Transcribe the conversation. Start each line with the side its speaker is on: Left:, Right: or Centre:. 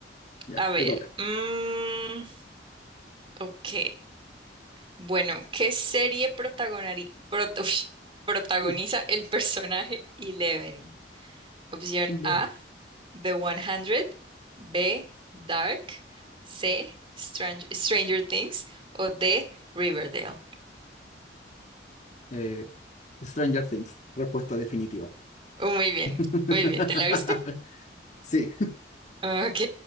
Left: Ya,
Right: A ver.
Left: te toca.
Right: mm, Ok. Bueno, ¿qué serie protagonari- prot- ush, protagoniza
Left: Uy,
Right: el personaje Eleven? Opción
Left: Eleven.
Right: A, The 100, B, Dark, C, Strang- Stranger Things o D, Riverdale.
Left: Eh, Stranger Things, respuesta definitiva.
Right: Oh, muy bien,
Left: <laughs>
Right: muy bien. ¿Te la viste?
Left: Sí,
Right: Ok.